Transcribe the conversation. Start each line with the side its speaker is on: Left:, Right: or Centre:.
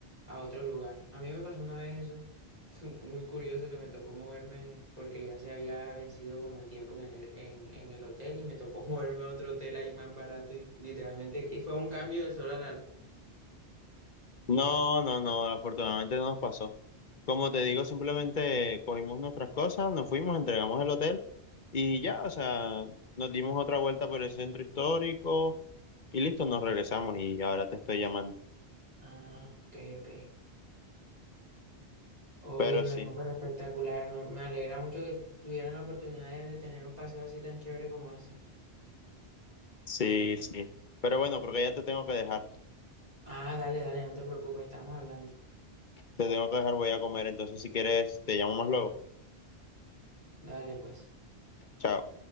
Right: a otro lugar? A mí me pasó una vez eso. <laughs> Fue Muy curioso que me tocó moverme porque ya se había vencido como el tiempo en el, air- en, en el hotel y me tocó <laughs> moverme a otro hotel ahí más barato y literalmente y fue un cambio del sol a la...
Left: No, no, no, afortunadamente no nos pasó. Como te digo, simplemente cogimos nuestras cosas, nos fuimos, entregamos el hotel y ya, o sea, nos dimos otra vuelta por el centro histórico y listo, nos regresamos y ahora te estoy llamando.
Right: Ah, ok, ok. Óyeme,
Left: Pero sí,
Right: no, pero espectacular. Me, me alegra mucho que tuvieran la oportunidad de de tener un paseo así tan chévere como ese.
Left: sí, sí. Pero bueno, creo que ya te tengo que dejar.
Right: Ah, dale, dale, no te preocupes, estamos hablando.
Left: Te tengo que dejar, voy a comer, entonces si quieres, te llamo más luego.
Right: Dale, pues.
Left: Chao.